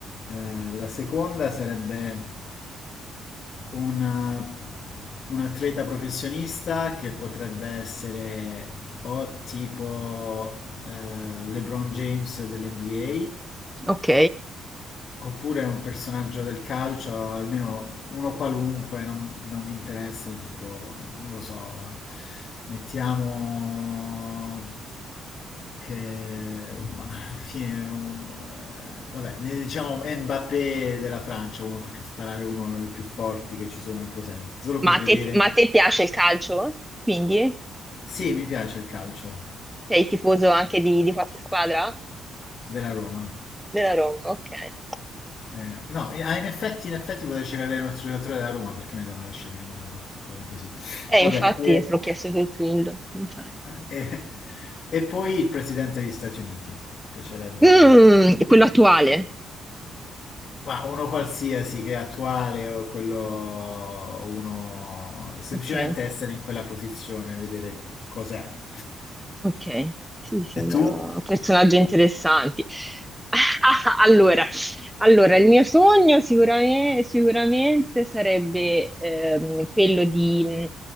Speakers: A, on the left; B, in the centre.
A: Eh, la seconda sarebbe un, un atleta professionista che potrebbe essere o tipo eh, LeBron James dell'NBA
B: Ok.
A: Oppure un personaggio del calcio, almeno uno qualunque, non, non mi interessa, tipo, non lo so, mettiamo che, ma alla fine, un- eh, vabbè, ne diciamo Mbappé della Francia, uno perché sparare è uno dei più forti che ci sono al presente, solo per
B: Ma
A: vedere.
B: a te, ma a te piace il calcio? Quindi
A: Sì, mi piace il calcio
B: sei tifoso anche di, di qualche squadra?
A: della Roma.
B: Della Roma, ok.
A: Eh, no,
B: ok.
A: eh, ah, in effetti, in effetti potrei cercare un altro giocatore della Roma perché mi devo andare a scegliere uno particolare così.
B: Eh,
A: Vabbè,
B: infatti,
A: eh,
B: te l'ho chiesto per quello. infatti.
A: eh, <laughs> e, poi il presidente degli Stati Uniti. Piacerebbe,
B: Mm, quello attuale.
A: ma uno qualsiasi che è attuale o quello, o uno semplicemente
B: Ok.
A: essere in quella posizione, vedere co- cos'è.
B: Ok, sì, sembrano
A: E tu?
B: personaggi interessanti. <laughs> Allora, allora, il mio sogno sicuramente, sicuramente sarebbe ehm, quello di...